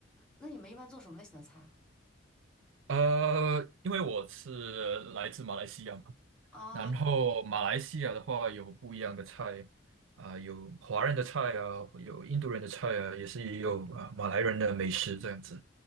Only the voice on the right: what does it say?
呃，因为我是来自马来西亚嘛，
然后马来西亚的话有不一样的菜啊、
有华人的菜啊，有印度人的菜啊，也是也有啊、马来人的美食这样子。